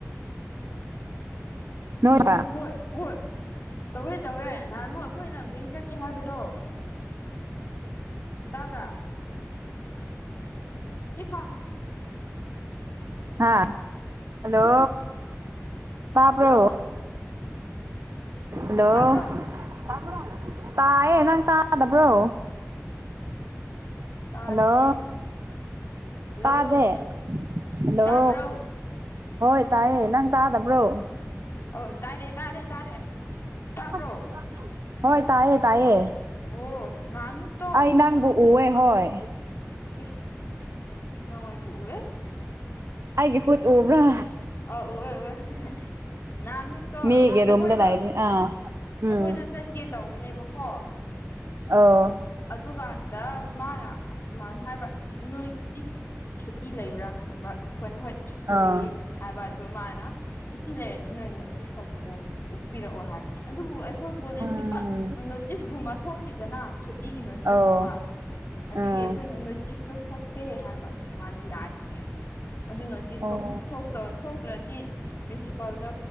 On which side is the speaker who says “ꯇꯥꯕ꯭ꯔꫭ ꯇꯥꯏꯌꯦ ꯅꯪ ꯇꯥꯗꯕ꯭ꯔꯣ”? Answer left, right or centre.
Right